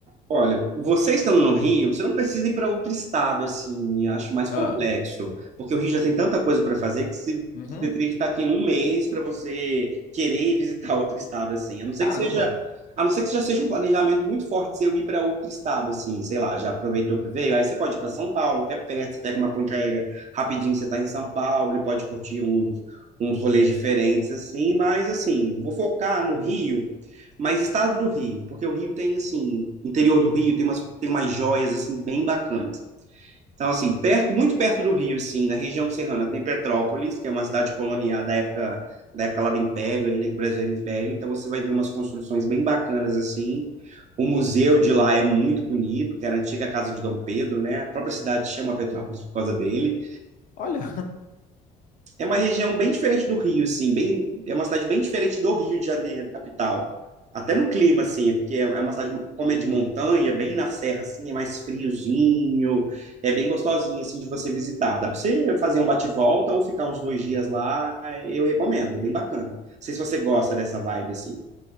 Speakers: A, on the right (about 45°); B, on the left (about 55°).
A: Olha, você estando no Rio, você não precisa ir para outro estado, assim, acho mais complexo,
B: Ah,
A: porque o Rio já tem tanta coisa para fazer que se-
B: uhum,
A: você teria que estar aqui um mês para você querer ir visitar <laughs> outro estado, assim, a não ser
B: caramba,
A: que seja, a não ser que já seja um planejamento muito forte se eu ir para outro estado, assim, sei lá, já aproveitou que veio, aí você pode ir para São Paulo, que é perto, você pega uma ponte aérea rapidinho, você está em São Paulo e pode curtir uns, uns rolês diferentes, assim, mas, assim, vou focar no Rio mas estado do Rio, porque o Rio tem, assim, interior do Rio tem umas, tem umas joias, assim, bem bacanas. Então, assim, perto, muito perto do Rio, assim, na região serrana, tem Petrópolis, que é uma cidade colonial da época, da época lá do Império, ainda que o Brasil era Império. Então, você vai ver umas construções bem bacanas, assim. O museu de lá é muito bonito, que era a antiga casa de Dom Pedro, né? A própria cidade chama Petrópolis por causa dele.
B: olha.
A: É uma região bem diferente do Rio, assim, bem, é uma cidade bem diferente do Rio de Janeiro, capital. Até no clima, assim, é porque é uma cidade, como é de montanha, bem na serra, assim, é mais friozinho, é bem gostosinho, assim, de você visitar. Dá pra você fazer um bate-volta ou ficar uns dois dias lá, eu recomendo, é bem bacana. Não sei se você gosta dessa vibe, assim.